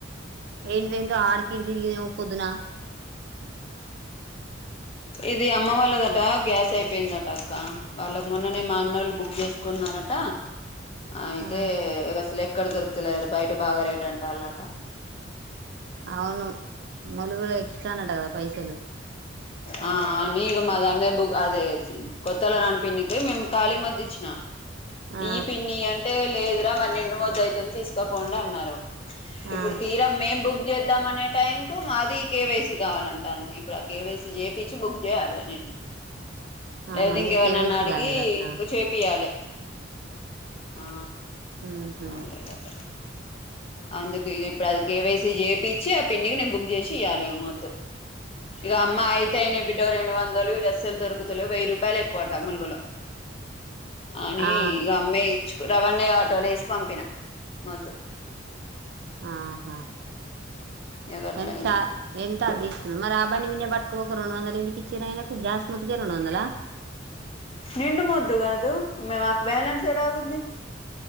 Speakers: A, on the right; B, on the left.
A: ఎందెందో ఆడ్కి ఈడ్కి దిరిగినావ్ పుద్నా అ
B: ఇది అమ్మ వాళ్ళదట గ్యాస్ అయిపోయిందట అక్క వాళ్ళకి మొన్ననే మా అన్నలు బుక్ చేసు కున్నారట అయితే
A: ఆ
B: ఇగ అసలే ఇక్కడ దొరుకుతలేరు బయట బాగా రేట్ అంటా వాళ్ళట
A: అవును మలుగులకి ఇచ్చనటగా పైసలు
B: ఆ నీకు మాదాన్ మీద బు అదే కొత్తల నాన్ పిన్ టె మేము ఖాళీ మద్ ఇచ్చిన
A: ఆ
B: ఈ పిన్ని అంటే లేదురా మరి నిండు ముద్ద అయితుంది తీస్ కా కొంటా అన్నారు ఇప్పుడు
A: ఆ
B: తీర మేమ్ బుక్ చేద్దాం అనే టైం కు మాది కేవైసీ కావాలమ్టన్ది ఇప్పుడు కేవైసి జేపిచ్చి బుక్ జేయాలే నేను
A: ఆహా
B: లేకపోతే ఇంకెవరినన్నా
A: మీరు కేవైసీ
B: అడిగి
A: కాలేదటనా
B: చేపియ్యాలే ఆ
A: ఉహు
B: కాలేద అంట అందు ఇప్పుడు అది కేవైసి చేపిచ్చి ఆ పిన్నీకి నేను బుక్ చేసి ఇయ్యాలి మొద్దు ఇగా అమ్మ అయితే అయినయి బిడ్డో రెండు వందలు ఈ అస్సలు దొరుకుతలేవు వెయ్యి రూపాయలు ఎక్కువట ములుగులో అని
A: ఆ
B: ఇగా అమ్మాయి ఇచ్చ రవన్న ఆటోలో వేసి పంపిన మొద్దు
A: ఆహా
B: ఇగ గట్ల
A: ఎంత
B: అయింది
A: చ ఎంత అ మరి ఆ బండి విన్న పట్టుకపోక రెండు వందల ఎందుకు ఎచ్చిర్రు అయినాకు గ్యాస్ మొద్దుకె రెండు వందలా
B: నిండు మొద్దు కాదు మే మాకు బ్యాలెన్స్ ఎడ అగుద్ది